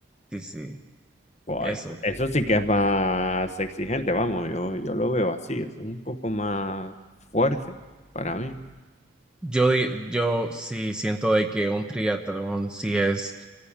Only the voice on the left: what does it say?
Guay,
Eso sí que es más exigente, vamos, yo, yo lo veo así, es un poco más fuerte para mí.